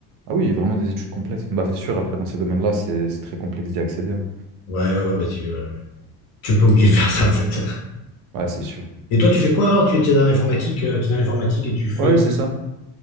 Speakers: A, on the right; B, on the left.
A: Ah oui, vraiment des études complètes. Bah c'est sûr, après dans ces domaines-là, c'est c'est très complexe d'y accéder. hein.
B: Ouais, ouais, ouais, ben, tu, euh, tu es pas obligé de faire ça, en fait.
A: Ouais, c'est sûr.
B: Et toi, tu fais quoi alors? Tu, tu es dans l'informatique, euh, tu es dans l'informatique et tu fais...
A: Ouais, c'est ça.